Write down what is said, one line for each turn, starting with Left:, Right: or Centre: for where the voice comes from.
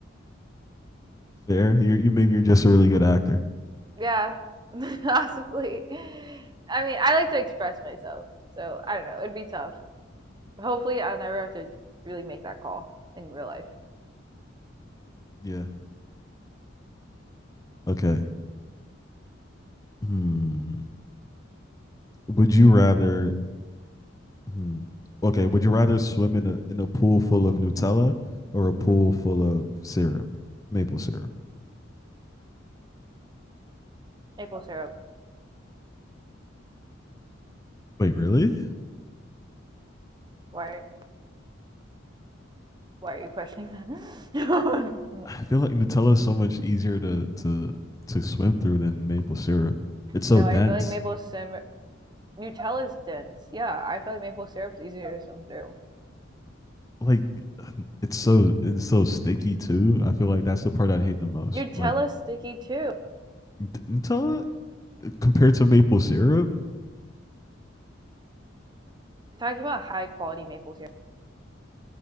Left: Fair. You you maybe you're just a really good actor.
Right: Yeah, <laughs> possibly. I mean, I like to express myself, so I don't know. It'd be tough. Hopefully, I'll never have to really make that call in real life.
Left: Yeah. <laughs> okay. Hmm. Would you rather? Hmm. Okay. Would you rather swim in a in a pool full of Nutella or a pool full of syrup, maple syrup?
Right: Maple syrup.
Left: Wait, really?
Right: Why? Why are you questioning that? <laughs>
Left: I feel like Nutella is so much easier to to to swim through than maple syrup. It's so
Right: no,
Left: dense.
Right: I feel like maple syrup. Nutella's dense. Yeah, I feel like maple syrup's easier to swim through.
Left: Like it's so it's so sticky too. I feel like that's the part I hate the most.
Right: Nutella's
Left: Like
Right: sticky too.
Left: n- Nutella compared to maple syrup,
Right: We're talking about high quality maple syrup.